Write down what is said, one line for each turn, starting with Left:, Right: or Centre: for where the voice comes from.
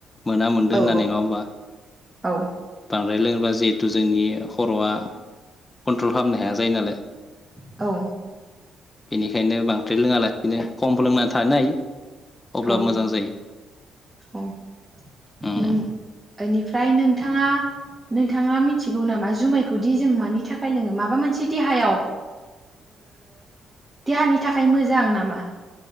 Left: मोना मोनदों
Right: औ
Left: होननानै नङा होमबा।
Right: औ
Left: बांद्राय लोङोब्ला जिहेथु जोंनि खर'आ कन्ट्रल खालामनो हाया जायो नालाय।
Right: औ
Left: बेनिखायनो बांसिन ओफ्राय लोङा लासिनो खम लोंनानै थानो हायो। अब्ला
Right: औ
Left: मोजां जायो
Right: औ नों
Left: उम
Right: बेनिफ्राय नोंथाङा नोंथाङा मिथिगौ नामा जुमायखौदि जों मानि थाखाय लोङो माबा मोनसे देहायाव देहानि थाखाय मोजां नामा